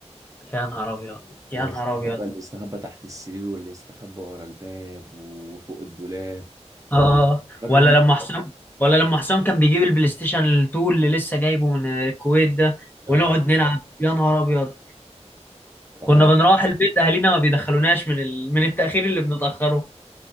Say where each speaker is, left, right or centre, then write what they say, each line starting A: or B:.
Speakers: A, on the left; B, on the right.
A: يا نهار ابيض
B: ونستخبى
A: يا نهار ابيض
B: اللي يستخبى تحت السرير واللي يستخبى ورا الباب وفوق الدولاب
A: اه
B: فاكر
A: ولا
B: هم
A: لما حسام ولا لما حسام كان بيجيب البلاي ستيشن 2 اللي لسه جايبه من الكويت ده
B: يا
A: ونقعد
B: نهار
A: نلعب يا نهار ابيض
B: والله
A: كنا بنروح البيت اهالينا ما بيدخلوناش من ال... من التاخير اللي بنتاخره